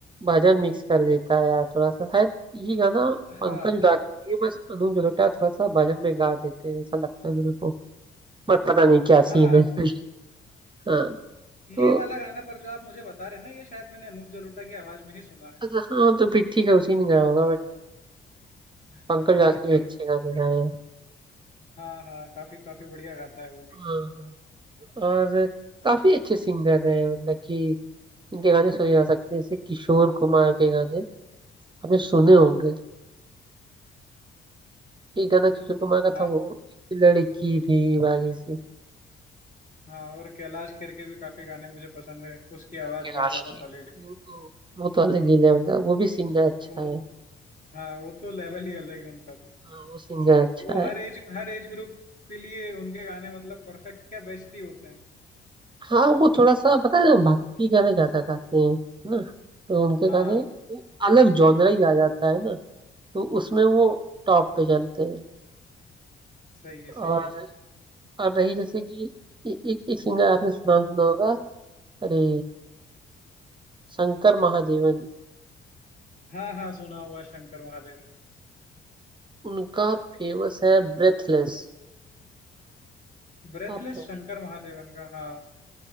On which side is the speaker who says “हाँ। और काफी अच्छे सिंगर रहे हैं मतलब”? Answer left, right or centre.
Right